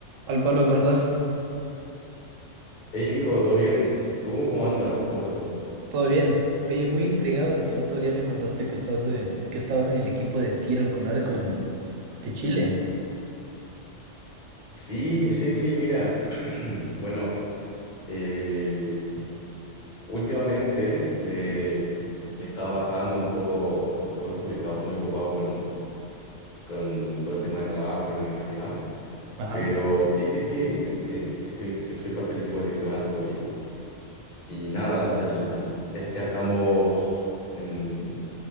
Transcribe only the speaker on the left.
Hey Nico, ¿todo bien? ¿Tú cómo andas? ¿Cómo está todo?
Sí, sí, sí, mira. <clears throat> Bueno, eh, últimamente le, le estaba bajando un poco a todo esto porque estaba muy ocupado con, con todo el tema del trabajo, la universidad.
Pero sí, sí, sí, de- de- estoy, soy parte del equipo de tiro con arco y, Y nada, o sea, el- la- ya, ya estamos en,